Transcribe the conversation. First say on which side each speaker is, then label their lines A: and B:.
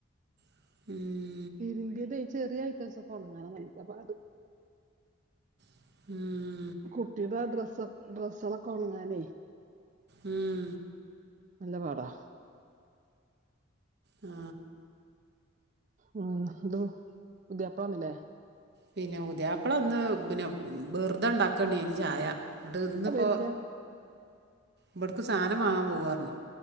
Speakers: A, on the right (about 50°); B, on the right (about 35°).
A: <inaudible>
B: തിരിമ്പെതെ ചെറ്യേ ഐറ്റംസൊ ക്കെ ഒണങ്ങാനാ വല്യ പാട്.
A: <inaudible>
B: കുട്ടിടെ ഡ്രസ് ഡ്രെസ്സ്കളൊക്കെ ൺങ്ങാനേ.
A: ഉം
B: നല്ല പാടാ.
A: ആ
B: ഉം ത് പുതിയാപ്ല വന്നിലേ?
A: പിന്നെ പുത്യാപ്പളന്ന് പിന്നെ വെറുതെണ്ടാക്കാണീ അയ്ന് ചായ. ഇന്നട്ട് ഇന്നിപ്പോ
B: വരില്ല
A: ഇപ്ട്ക്ക് സാനംമാങ്ങാൻ പോവാർഞ്ഞ്.